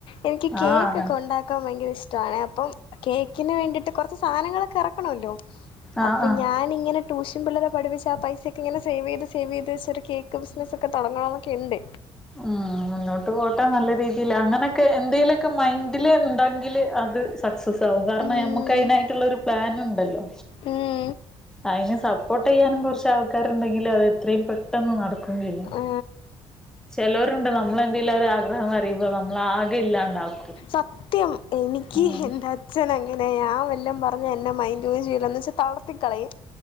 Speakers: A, on the left; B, in the centre.
A: എനിക്ക് കേക്കൊക്കെ
B: ആഹ് അങ്ങനെ
A: ഉണ്ടാക്കാൻ ഭയങ്കര ഇഷ്ടാണ് അപ്പം കേക്കിന് വേണ്ടിയിട്ട് സാനങ്ങളൊക്കെ അറക്കണല്ലോ
B: ആഹ്
A: അപ്പൊ
B: ആഹ്
A: ഞാൻ പിന്നിങ്ങനെ ട്യൂഷൻ പിള്ളരെ പഠിപ്പിച്ച് ആ പൈസക്കെങ്ങനെ സേവീത് സേവീത് വെച്ച്ട്ട് ഒരു കേക്ക് ബിസിനസ്സൊക്കെ തൊടങ്ങണംന്നൊക്കെണ്ട്.
B: ഉം മുന്നോട്ട് പോട്ടേ നല്ല രീതിയില് അങ്ങനെ എന്തെങ്കിലുക്കെ മൈൻഡിൽ ഉണ്ടെങ്കിൽ അത് സക്സസ് ആകും. കാരണം
A: ഉം
B: ഞമ്മക്ക് അയിനായിട്ടുള്ളരു പ്ളാൻ ഉണ്ടല്ലോ
A: ഉം
B: അയിന് സപ്പോർട്ട്യ്യാനും കൊറച്ച് ആൾക്കാരുണ്ടെങ്കിൽ അത് എത്രയും പെട്ടെന്ന് നടക്കുയും ചെയ്യും.
A: ആ,
B: ചെലൊരുണ്ട് നമ്മളെന്തെങ്കിലും ഒരാഗ്രഹം അറിയുമ്പോ നമ്മളാകെ ഇല്ലാണ്ടാക്കും.
A: സത്യം എനിക്ക്
B: ഉം
A: എന്താ അച്ഛനങ്ങനെയാ ഞ വെല്ലം പറഞ്ഞ് എ്ന്നെ മൈൻഡ് പോലും ചെയിലന്ന് വെച്ച് തളർത്തിക്കളയും.